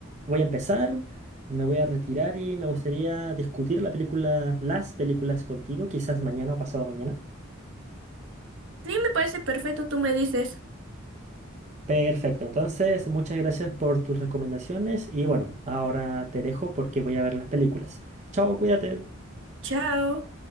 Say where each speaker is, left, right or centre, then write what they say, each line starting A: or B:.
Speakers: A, on the right (about 35°); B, on the right (about 65°).
A: voy a empezar, me voy a retirar y me gustaría discutir la película, las películas contigo, quizás mañana o pasado mañana.
B: Sí, me parece perfecto, tú me dices,
A: Perfecto, entonces muchas gracias por tus recomendaciones y bueno, ahora te dejo porque voy a ver las películas. Chao, cuídate.
B: chao.